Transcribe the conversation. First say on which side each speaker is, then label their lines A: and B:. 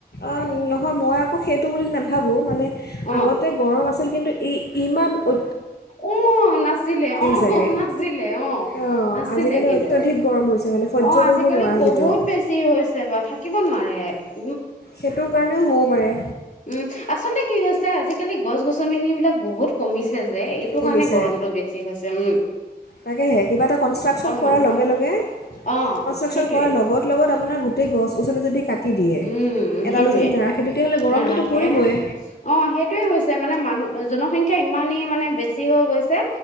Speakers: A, on the left (about 80°); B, on the left (about 50°).
A: অন নহয় মই আকৌ সেইটো বুলি নাভা খাবও, মানে
B: অ
A: আগতে গৰম আছিল কিন্তু ই ইমান অ
B: অ', নাছিলে। অ',
A: চাগে
B: নাছিলে। অ',
A: অঁ
B: নাছিলে।
A: আজিকালি
B: কিন্তু
A: অত্যধিক গৰম হৈছে মানে সহ্য
B: অ', আজিকালি
A: কৰিব নোৱাৰা
B: বহুত
A: যিটো
B: বেছি হৈছে। বা, থাকিব নোৱাৰে তে
A: সেইটো কাৰণেও হ'ব পাৰে
B: উম আচলতে কি হৈছে আজিকালি গছ গছনিবিলাক বহুত কমিছে যে এইটো
A: কমিছে
B: কাৰণে গৰমটো বেছি হৈছে তেওঁ
A: তাকেহে কিবা এটা কনষ্ট্ৰাক্যন কৰাৰ
B: মানুহৰ
A: লগে, লগে
B: অ'
A: কনষ্ট্ৰাকশ্যন
B: সেইটোৱে
A: কৰাৰ লগত লগত আপোনাৰ গো ই গছ গছনি যদি কাটি দিয়ে
B: উম
A: এডালো
B: সেইটোয়ে
A: যদি নাৰাখে তেতিয়াহ'লে গৰমটোতো
B: নাৰাখে
A: পৰিবই
B: অ সেইটোয়ে হৈছে মানে মানুহ জনসংখ্যা ইমানেই মানে বেছি হৈ গৈছে।